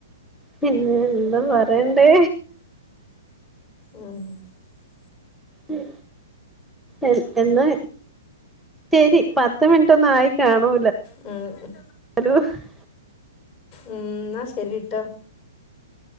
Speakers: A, in the centre; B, on the left.
A: പിന്ന എന്താ പറയണ്ടേ
B: <inaudible>
A: ഉം എ എന്നാ ശരി പത്ത് മിനിറ്റ് ഒന്ന് ആയി കാണോ
B: ഉം ഉം
A: <unintelligible>
B: ഉം ന്നാ ശരിട്ടോ